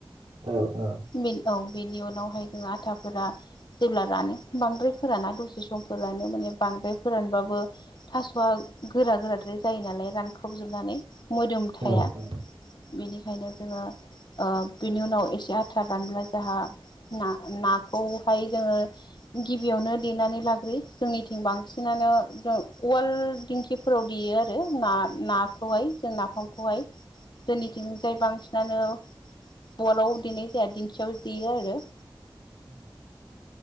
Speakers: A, on the right (about 80°); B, on the left (about 55°).
A: औ औ
B: बे औ बेनि उनावहाय जों आथाफोरा जेब्ला रानो बांद्राय फोराना दसे सम फोरानो माने बांद्राय फोरानबाबो थास'आ गोरा गोराद्राय जायो नालाय रानख्रबजोबनानै मोदोम
A: उम
B: थाया बेनिखायनो जोङो ओ बेनि उनाव एसे आथा रानब्ला जाहा ना-नाखौहाय जोङो गिबियावनो देनानै लाग्रोयो जोंनिथिं बांसिना नो जों उवाल दिंखिफोराव देयो आरो ना नाखौहाय जों नाफामखौहाय जोंनिथिंजाय बांसिनानो अवालाव देनाय जाया दिंखियाव देयो आरो
A: <inaudible>